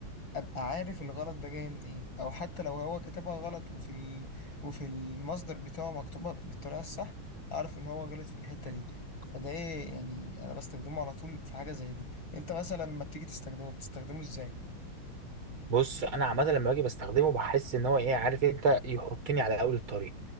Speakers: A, on the left (about 60°); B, on the right (about 65°).
A: ابقى عارف الغلط ده جاي منين او حتى لو هو كتبها غلط وفي ال... وفي المصدر بتاعه مكتوبة بالطريقة الصح اعرف ان هو غلط في الحتة دي فده إيه يعني انا بستخدمه على طول في حاجة زي دي انت مثلا لما بتيجي تستخدمه بتستخدمه ازاي
B: بص انا عامه لما باجي بستخدمه بحس ان هو ايه عارف انت يحطني على اول الطريق